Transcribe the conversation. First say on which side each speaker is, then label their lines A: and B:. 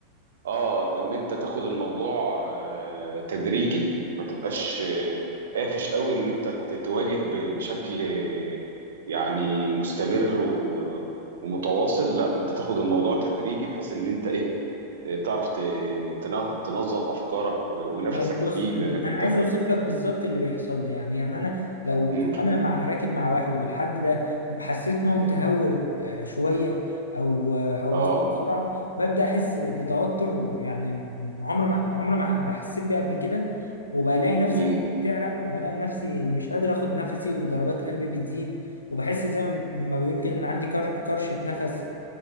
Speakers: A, on the right (about 60°); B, on the left (about 80°).
A: اه ان انت تاخد الموضوع آه، تدريجي ما تبقاش آه، قافش قوي ان انت ت- تواجه ب- بشكل آه، يعني مستمر و- ومتواصل لا انت تاخد الموضوع تدريجي بحيث ان انت ايه آه، تعرف ت- تن- تنظم افكارك و- ونفسك
B: طيب بص
A: فيه لانك
B: انت انا
A: انت
B: عايز اوصف لك بالظبط اللي بيحصل لي يعني يعني انا لو
A: مم.
B: لو انا مع راكب مع واحد والحد ده حسيت ان هو متهور آه، شويه او آه، او
A: اه
B: بيسوق بسرعه ببدا احس بتوتر يعني عمر ما عمر ما بحسيت بيه قبل كده وبلاقي نفسي
A: مم.
B: بتعرق وبلاقي نفسي مش قادر اخد نفسي وضربات قلبي بتزيد وبحس زي ما بيقول كده ان عندي كر- كرشه نفس